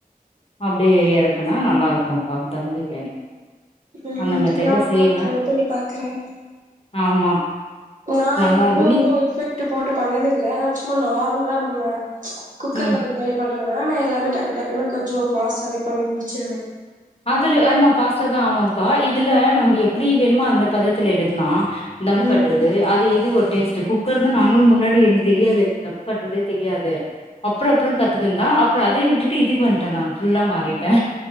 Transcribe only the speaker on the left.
அப்படியே இறக் இருக்குனா நல்லா இருக்கும்ப்பா தம் பிரியாணி
அந்த மெத்தட்ல
செய்வே
ஆமா
நல்லா
இருக்கு நீ
ம்
அதுல
ஆமா ஃபாஸ்ட்டா தா ஆகும்ப்பா இது இதுல நம்ம எப்படி வேணுமோ அந்த பதத்துல எடுக்கலா தம்
கட்டுறது அது எது ஒரு டேஸ்ட்ட் கு குக்கர் தா நாங்களு முன்னாடி எனக்கு தெரியாது எனக்கு தான் பண்ணுறதே தெரியாது அப்புறம் அப்புறம் கத்துக்குந்தா அப்புறம் அத விட்டுட்டு இதுக்கு வந்துட்டே நா ஃபுல்லா மாறிட்டே